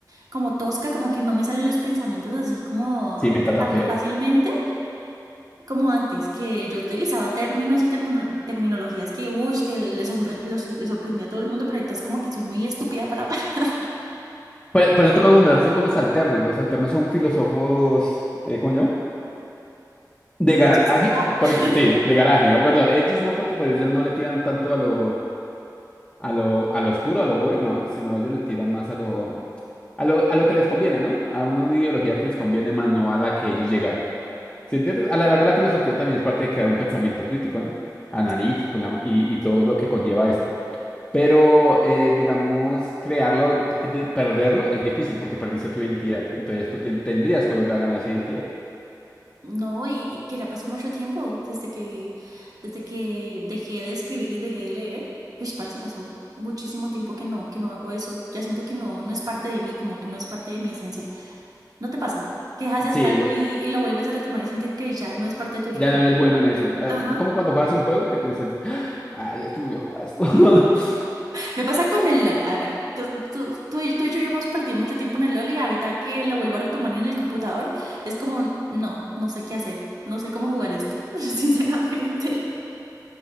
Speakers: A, on the right (about 60°); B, on the left (about 20°).
A: como tosca, como que no me salen los pensamientos así como
B: Sí, me trata
A: tan
B: feo.
A: fácilmente como antes, que yo utilizaba términos y termono- terminologías que, uy, que le sorpre- los- le sorprendía a todo el mundo, pero ahorita es como que soy muy estúpida para hablar. <laughs>
B: Por, por eso toca juntarse con los alternos. Los alternos son filósofos, eh, ¿cómo se llama? De garaje.
A: El chiste, ah.
B: Porque,
A: <laughs>
B: sí, de garaje. Bueno, ellos no, porque pues ellos no le tiran tanto a lo, a lo, a lo oscuro, a lo gore, no, sino ellos le tiran más a lo, A lo, a lo que les conviene, ¿no? A una ideología que les conviene más, no a la que ellos llegaron. ¿Sí entiendes? A la larga, la filosofía también es parte de crear un pensamiento crítico, ¿no? Analítico
A: Sí,
B: la- y,
A: dale.
B: y todo lo que conlleva esto. Pero, eh, digamos, crearlo, eh, de- de- perderlo es difícil porque perdiste tu identidad. Entonces tú tien- tendrías que volver a ganar esa identidad.
A: No, y y que ya pasó mucho tiempo desde que, desde que dejé de escribir y dejé de leer. Uy, parce, pasó muchísimo tiempo que no, que no hago eso. Ya siento que no, no es parte de mí, como que no es parte de mi esencia. ¿No te pasa? Que dejas de
B: Sí,
A: hacer algo y, y lo vuelves a retomar y sientes que ya no es parte tuyo,
B: ya
A: como
B: no eres
A: que-
B: bueno en eso. Eh,
A: Ajá.
B: como cuando juegas un juego que tú dices, ah, ya estoy muy viejo para esto. <laughs>
A: Me pasa con el LOL. A ver, tú, tú, tú y tú y yo hemos perdido mucho tiempo en el LOL y ahorita que lo vuelvo a retomar en el computador, es como, no, no sé qué hacer, no sé cómo jugar esto, <laughs> sinceramente.